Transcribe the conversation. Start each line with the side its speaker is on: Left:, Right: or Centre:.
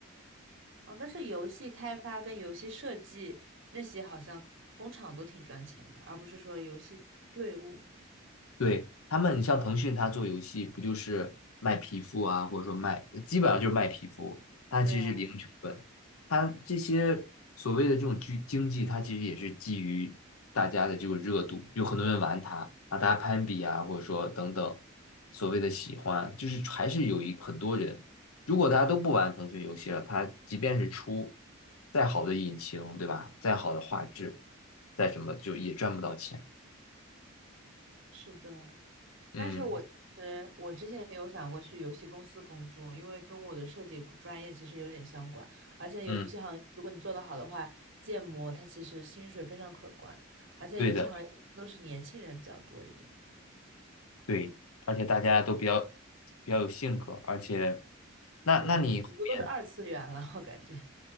Right: 哦，但是游戏开发跟游戏设计那些好像工厂都挺赚钱的，而不是说游戏队伍。
Left: 对，他们，你像腾讯，它做游戏不就是卖皮肤啊，或者说卖，基本上就是卖皮肤，它其实是零成本。
Right: 对啊，
Left: 它这些所谓的这种经经济，它其实也是基于大家的这种热度，有很多人玩它啊，大家攀比啊，或者说等等，所谓的喜欢，就是还是有一很多人。如果大家都不玩腾讯游戏了，它即便是出再好的引擎，对吧？再好的画质，再什么，就也赚不到钱。
Right: 是的，
Left: 嗯
Right: 但是我其实我之前有想过去游戏公司工作，因为跟我的设计专业其实有点相关，而且游戏行业如果你做得好的话，
Left: 嗯，
Right: 建模它其实薪水非常可观的，而且游戏行业都是年轻人比较多一点，
Left: 对的。对，而且大家都比较比较有性格，而且，那那你后面
Right: 对，很多都是二次元了，我感觉。